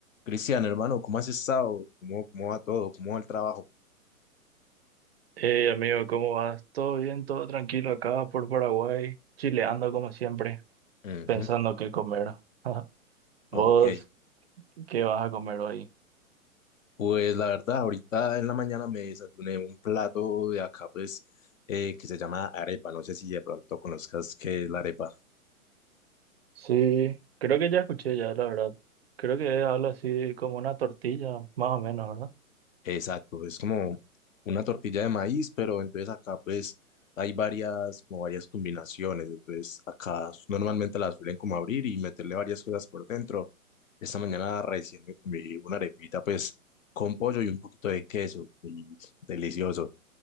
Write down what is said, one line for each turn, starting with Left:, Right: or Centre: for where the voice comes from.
Left: Cristian, hermano, ¿cómo has estado? ¿Cómo, cómo va todo? ¿Cómo va el trabajo?
Right: Hey amigo, ¿cómo vas? ¿Todo bien? ¿Todo tranquilo acá por Paraguay? Chileando como siempre,
Left: Ujú,
Right: pensando qué comer. <laughs>
Left: Ok,
Right: ¿Vos qué vas a comer hoy?
Left: pues la verdad, ahorita en la mañana me desayuné un plato de acá, pues, eh, que se llama arepa. No sé si de pronto conozcas qué es la arepa.
Right: Sí, creo que ya escuché ya, la verdad. Creo que es algo así como una tortilla, más o menos, ¿verdad?
Left: Exacto, es como una tortilla de maíz, pero entonces acá pues hay varias, como varias combinaciones, entonces acá s- normalmente las suelen como abrir y meterle varias cosas por dentro. Esta mañana recién me comí una arepita pues con pollo y un poquito de queso, y delicioso.